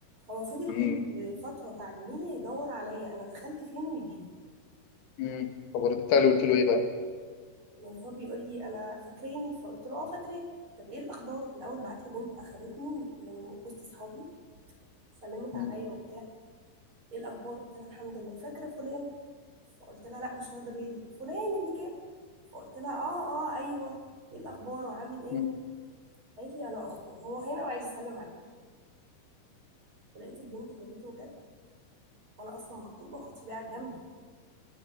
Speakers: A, on the right; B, on the left.
A: هو فضل
B: مم.
A: كل فتره تعليميه يدور عليا انا دخلت فين ويجي لي
B: مم. فبردت عليه وقلت له ايه بقى؟
A: يعني هو بيقول لي انا فاكريني فقلت له اه فاكراك طب ايه الاخبار الاول بعت لي بنت اخدتني من وسط اصحابي سلمت
B: مم.
A: عليا وبتاع ايه الاخبار قلت لها الحمد لله فاكره فلان فقلت لها لا مش واخده بالي فلان اللي كان فقلت لها اه اه ايوه ايه الاخبار وعامل ايه
B: مم.
A: قالت لي انا اخته هو هنا وعايز يسلم عليا ولقيت البنت جابته جد وانا اصلا مخطوبه وخطيبي قاعد جنبي